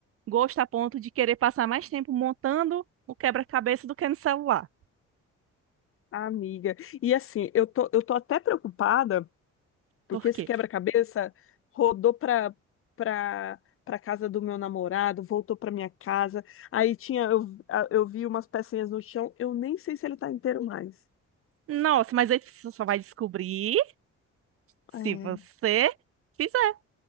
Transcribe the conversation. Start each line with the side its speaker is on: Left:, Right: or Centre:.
Right: gosto a ponto de querer passar mais tempo montando o quebra-cabeça do que no celular.
Left: Amiga. E assim, eu tô, eu tô até preocupada, porque
Right: Por
Left: esse
Right: quê?
Left: quebra-cabeça rodou pra, pra, pra casa do meu namorado, voltou pra minha casa. Aí tinha, eu, a- eu vi umas pecinhas no chão, eu nem sei se ele tá inteiro mais.
Right: Nossa, mas aí você só vai descobrir se
Left: É,
Right: você fizer.